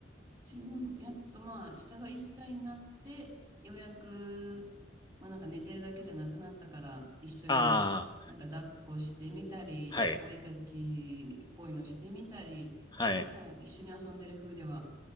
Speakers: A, on the right (about 15°); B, on the left (about 25°).
A: 自分もやっとまあ、下が1歳になって、ようやく、まあなんか寝てるだけじゃなくなったから、一緒になんか抱っこしてみたり、
B: ああ、はい。
A: お絵描きっぽいのしてみたり、
B: はい。
A: なんか一緒に遊んでる風では